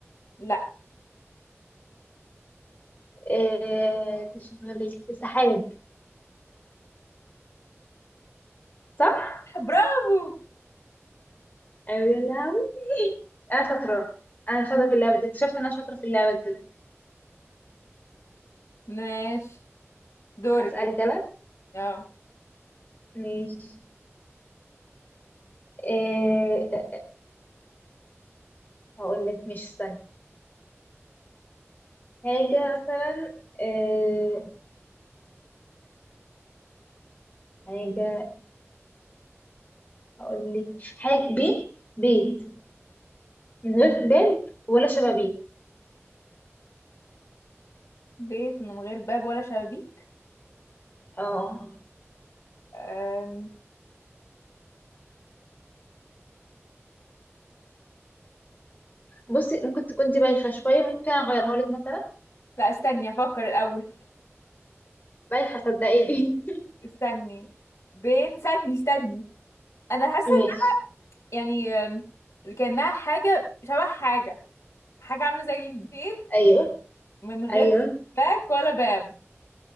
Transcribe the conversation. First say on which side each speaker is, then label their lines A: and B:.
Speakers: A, on the left; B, on the left.
A: لا
B: آه، تشغلي السحاب صح؟
A: برافو
B: أيوة يا لهوي أنا شاطرة أنا شاطرة في اللعبة دي اكتشفت إن أنا شاطرة في اللعبة دي
A: ماشي دورك
B: أسألك أنا
A: اه
B: ماشي آه، هقول لك مش استنى حاجة مثلا آه، حاجة هقول لك حاجة بيت بيت من غير باب ولا شبابيك
A: بيت من غير باب ولا شبابيك
B: اه
A: أم...
B: بصي ممكن تكون دي بايخة شوية ممكن أغيرها لك مثلا
A: لا استني افكر الاول
B: بايخة صدقيني
A: استني بيت استني استني انا حاسه
B: <laughs> ماشي
A: يعني آم، كأنها حاجة شبه حاجة حاجة عاملة زي البيت
B: أيوه
A: من غير
B: أيوه
A: شباك ولا باب